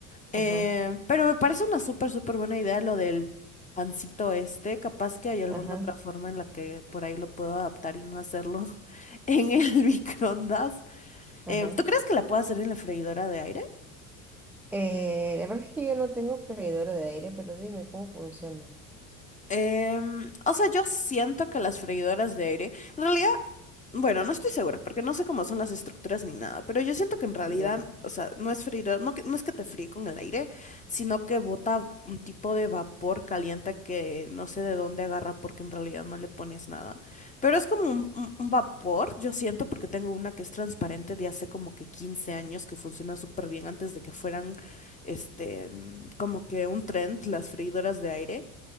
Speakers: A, on the left; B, in the centre.
A: Eh,
B: ajá,
A: pero me parece una súper, súper buena idea lo del pancito este. Capaz que hay alguna
B: ajá,
A: otra forma en la que por ahí lo puedo adaptar y no hacerlo <laughs> en el <laughs> microondas.
B: ajá.
A: Eh, ¿tú crees que la puedo hacer en la freidora de aire?
B: Eh, la verdad es que yo no tengo freidora de aire, pero dime cómo funciona.
A: Em, o sea, yo siento que las freidoras de aire, en realidad Bueno, no estoy segura, porque no sé cómo son las estructuras ni nada, pero yo siento que en realidad,
B: Ya.
A: o sea, no es freír, no, que- no es que te fríe con el aire, sino que bota un tipo de vapor caliente que no sé de dónde agarra porque en realidad no le pones nada. Pero es como un, un- un vapor, yo siento, porque tengo una que es transparente de hace como que 15 años que funciona súper bien antes de que fueran, este, mm, como que un trend las freidoras de aire